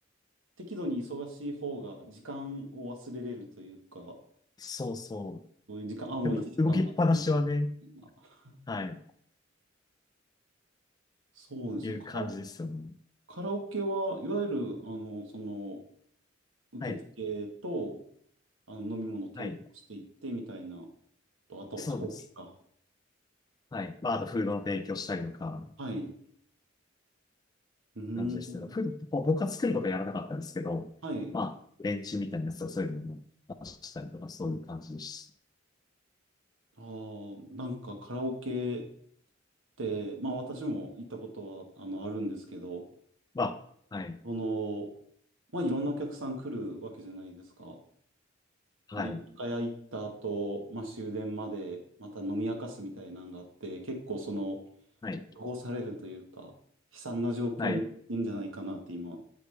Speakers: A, on the right; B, on the left.
A: 適度に忙しい方が時間を忘れれるというか、
B: そうそ
A: そういう時間、あ、もう1時間経ってる
B: う。でも、動きっぱなしはね、
A: みたいな。
B: はい、
A: そうですね。
B: いう感じですよね。
A: カラオカラオケはいわゆる、あの、その、受付と、
B: はい、
A: あの、飲み物を提供していってみたいな、
B: はい。
A: と、あと、
B: そうです。
A: カラオケか。
B: はい。まあ、あと、フードの提供したりとか、
A: はい。うーん。
B: 感じでしたけど、ふ僕は作ることはやらなかったんですけど、
A: はい。
B: まあ、連中みたいなやつをそういうのも出したりとか、そういう感じです。
A: ああ、なんかカラオケって、まあ私も行ったことは、あの、あるんですけど、
B: まあ、はい、
A: その、まあいろんなお客さん来るわけじゃないですか。
B: はい、
A: で、一回行った後、まあ終電までまた飲み明かすみたいなのがあって、結構その、
B: はい、
A: 汚されるというか、悲惨な状況にいいんじゃないかなって今、
B: はい、